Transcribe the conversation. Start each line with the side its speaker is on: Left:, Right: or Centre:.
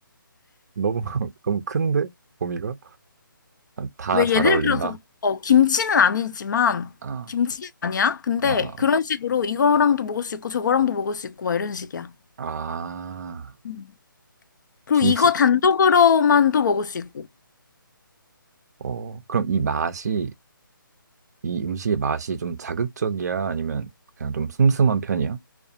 Right: 너무 <laughs> 너무 큰데? 범위가? 다
Left: 왜
Right: 잘
Left: 예를
Right: 어울린다.
Left: 들어서, 어, 김치는 아니지만,
Right: 아,
Left: 김치는 아니야. 근데
Right: 아,
Left: 그런 식으로 이거랑도 먹을 수 있고, 저거랑도 먹을 수 있고, 막 이런 식이야.
Right: 아, 아,
Left: 음. 그리고
Right: 김치.
Left: 이거 단독으로만도 먹을 수 있고.
Right: 어, 그럼 이 맛이 이 음식의 맛이 좀 자극적이야? 아니면 그냥 좀 슴슴한 편이야?